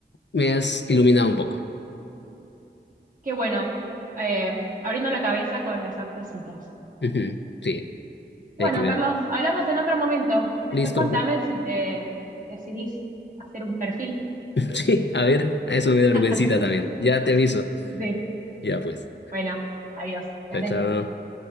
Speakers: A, on the left (about 80°); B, on the right (about 50°).
A: Me has iluminado un poco.
B: qué bueno. Eh, abriendo la cabeza con las abscesitas.
A: Ujú, Sí,
B: Bueno,
A: hay que ver.
B: Carlos, hablamos en otro momento. Después
A: Listo.
B: contame
A: <laughs>
B: si te decidís hacer un perfil.
A: Sí, a ver, a eso me da vergüencita
B: <laughs>
A: también. Ya te aviso.
B: Sí,
A: Ya, pues.
B: bueno, adiós, que
A: Chao,
B: andes
A: chao.
B: bien.